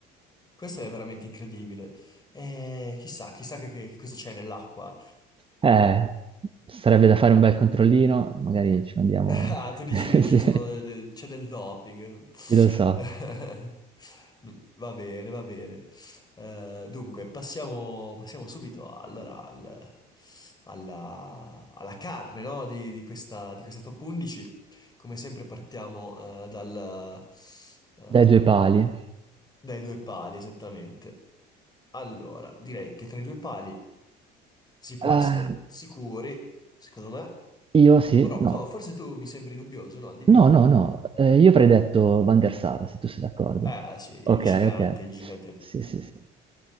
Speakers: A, on the left; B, on the right.
A: Questo è veramente incredibile. E chissà, chissà che, che che cosa c'è nell'acqua
B: Eh, sarebbe da fare un bel controllino, magari ci mandiamo...
A: Ah, tu dici
B: <laughs>
A: che
B: Sì.
A: ci sono de- de- c'è del doping.
B: Chi lo sa.
A: <laughs> Va bene, va bene. Eh, dunque, passiamo, passiamo subito allora al- alla, alla carne, no, di, di questa, di questa top 11. Come sempre partiamo eh, dal, eh,
B: Dai due pali.
A: dai due pali, esattamente. Allora, direi che tra i due pali si può
B: Ah,
A: essere sicuri, secondo me.
B: io sì,
A: Però,
B: no.
A: no, forse tu mi sembri dubbioso, no? Dimmi
B: No,
A: pure.
B: no, no. Eh, io avrei detto Van der Sar, se tu sei d'accordo.
A: Eh sì, il
B: Ok,
A: gigante,
B: ok.
A: il gigante.
B: Sì, sì, sì.